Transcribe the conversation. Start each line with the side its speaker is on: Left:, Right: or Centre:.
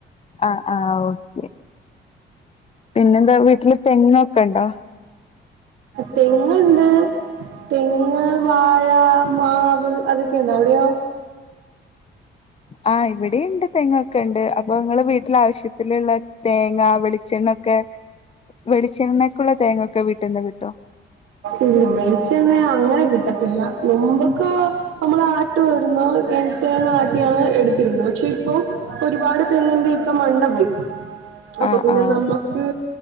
Left: അഹ് അഹ് ഓക്കെ പിന്നെ എന്താ വീട്ടിൽ തെങ്ങൊക്കെ ഉണ്ടോ?
Right: തെങ്ങ്ണ്ട് തെങ്ങ് വാഴ മാവ് അതൊക്കെ ഉണ്ട് അവിടെയോ?
Left: ആഹ് ഇവിടെയുണ്ട് തെങ്ങ ഒക്ക ഉണ്ട് അപ്പൊ ഇങ്ങള് വീട്ടിൽ ആവശ്യത്തിലുള്ള തേങ്ങ വെളിച്ചെണ്ണൊക്കെ വെളിച്ചെണ്ണക്കുള്ള തേങ്ങൊക്കെ വീട്ട്ന്ന് കിട്ടോ
Right: ഇല്ല വെളിച്ചണെ അങ്ങനെ കിട്ടത്തില്ല മുമ്പക്ക് നമ്മൾ ആട്ട് വരുന്നു എൺ തേങ്ങ ആട്ടിയാണ് എടുത്തിരുന്നു പക്ഷെ ഇപ്പൊ ഒരുപാട് തെങ്ങിന്റെ ഒക്കെ മണ്ട പോയി അപ്പൊ
Left: ആഹ്
Right: പിന്നെ
Left: ആഹ്
Right: നമ്മക്ക്